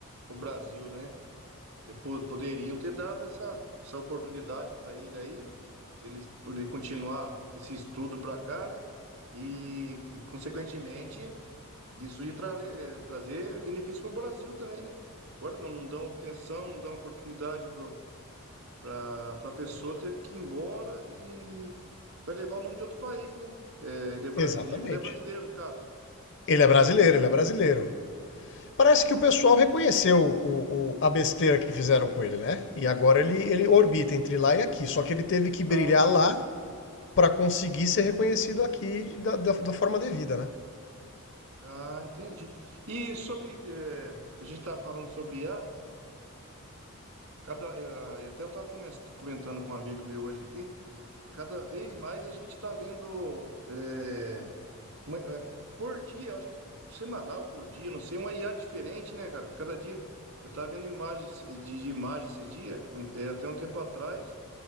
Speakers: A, on the right; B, on the left.
A: no Brasil, né? E po- Poderiam ter dado essa, essa oportunidade para ele aí, para ele, pra ele continuar esse estudo para cá, né? E, e, consequentemente Isso ia tra- eh, trazer benefício para o Brasil também, né? Agora não, não dão atenção, não dão oportunidade para a pessoa, teve que ir embora e vai levar o nome de outro país, né? Eh, ele é brasileiro,
B: Exatamente.
A: ele é brasileiro no caso.
B: Ele é brasileiro, ele é brasileiro. Parece que o pessoal reconheceu o- o- a besteira que fizeram com ele, né? E agora ele, ele orbita entre lá e aqui. Só que ele teve que brilhar
A: Ah, sim.
B: lá para conseguir ser reconhecido aqui da, da, da forma devida, né?
A: Ah, entendi. E sobre, eh, a gente estava falando sobre I a cada, eh, e até eu estava comentando com um amigo meu hoje aqui. Cada vez mais a gente está vendo é, uma- é, por dia, eu acho que semanal por dia, não sei, uma IA diferente, né, cara? Cada dia eu estava vendo imagens de, de imagens esses dias, é, é, até um tempo atrás,